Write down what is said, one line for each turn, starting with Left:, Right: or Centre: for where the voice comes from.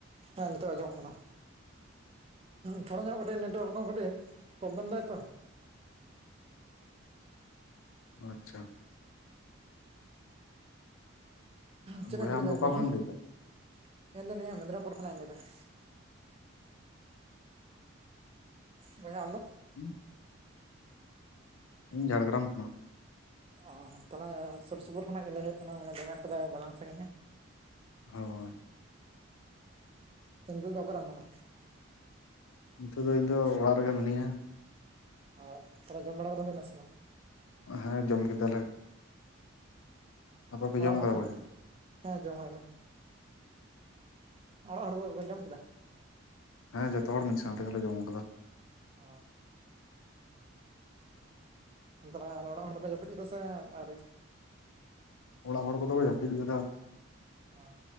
Right: ᱦᱮ ᱱᱤᱛᱚᱜ ᱟᱡᱚᱢᱚᱜ ᱠᱟᱱᱟ ᱛᱷᱚᱲᱟ ᱧᱚᱜ ᱠᱟᱹᱴᱤᱡ ᱱᱮᱴᱣᱟᱨᱠ ᱦᱚ ᱠᱟᱹᱴᱤᱡ ᱯᱨᱚᱵᱞᱮᱢ ᱫᱟᱭ ᱛᱚ
Left: ᱟᱪᱪᱷᱟ
Right: ᱪᱮᱫ
Left: ᱵᱚᱭᱦᱟ
Right: ᱤᱧ ᱪᱤᱠᱟᱹ
Left: ᱟᱢ
Right: <unintelligible>
Left: ᱫᱚ ᱚᱠᱟ ᱠᱷᱚᱱᱮᱢ ᱞᱟᱹᱭ ᱮᱫᱟ
Right: ᱤᱧᱫᱚ ᱱᱤᱭᱟᱹ ᱢᱮᱫᱽᱱᱯᱩᱨ ᱠᱷᱚᱱᱟᱜ ᱤᱧ ᱞᱟᱹᱭ ᱟᱟ᱾ ᱵᱚᱭᱦᱟ ᱟᱢ ᱫᱚ
Left: <inaudible> ᱤᱧ ᱡᱷᱟᱲᱮᱜᱨᱟᱢ ᱠᱷᱚᱱᱟᱜ᱾
Right: ᱚ ᱛᱟᱞᱟᱝᱜ ᱥᱩᱨ ᱥᱩᱯᱩᱨ ᱠᱷᱚᱱᱟᱜ ᱜᱮ ᱞᱟ. ᱭ ᱦᱩᱭᱩᱜ ᱠᱟᱱᱟ ᱢᱟᱱᱮ ᱫᱚᱢᱮ ᱢᱟᱱᱮ ᱫᱚᱢᱮ ᱛᱚᱵᱮ ᱵᱟᱞᱟᱝ ᱥᱟᱺᱜᱤᱧᱟ᱾
Left: ᱦᱳᱭ᱾
Right: ᱛᱚ ᱱᱤᱛᱟᱹᱜ ᱫᱚ ᱚᱠᱟᱨᱮ ᱢᱮᱱᱟᱢᱟ?
Left: ᱱᱤᱛᱚᱜ ᱫᱚ ᱤᱧ ᱫᱚ ᱚᱲᱟᱜ ᱨᱮᱜᱮ ᱢᱤᱱᱟᱹᱧᱟ᱾
Right: ᱚ ᱛᱟᱦᱞᱮ ᱡᱚᱢ ᱵᱟᱲᱟ ᱠᱚᱫᱚ ᱦᱩᱭᱱᱟᱥᱮ ᱵᱟᱝ?
Left: ᱦᱮᱸ ᱡᱚᱢ ᱠᱮᱫᱟᱞᱮ᱾ ᱟᱯᱮ ᱯᱮ
Right: ᱦᱚᱸ ᱚᱲᱟᱜ
Left: ᱡᱚᱢ
Right: ᱦᱚᱲ
Left: ᱠᱟᱫᱟ
Right: ᱠᱚ
Left: ᱵᱚᱭᱦᱟ
Right: ᱦᱮᱸ ᱡᱚᱢ ᱦᱩᱭᱱᱟ᱾ ᱚᱲᱟᱜ ᱦᱚᱲ ᱠᱚᱠᱚ ᱡᱚᱢ ᱠᱮᱫᱟ?
Left: ᱦᱮᱸ ᱡᱚᱛᱚ ᱦᱚᱲ ᱢᱤᱫ ᱥᱟᱶ ᱛᱮᱜᱮᱞᱮ ᱡᱚᱢ ᱟᱠᱟᱫᱟ᱾
Right: ᱚ᱾ ᱚᱱᱛᱮ ᱫᱚ ᱚᱲᱟᱜ ᱦᱚᱲ ᱫᱚᱠᱚ ᱡᱟᱹᱯᱤᱫ ᱠᱮᱫᱟ ᱥᱮ ᱟᱹᱶᱨᱤ?
Left: ᱚᱲᱟᱜ ᱦᱚᱲ ᱠᱚᱫᱚ ᱠᱚ ᱡᱟᱹᱯᱤᱫ ᱠᱮᱫᱟ᱾
Right: ᱚᱻ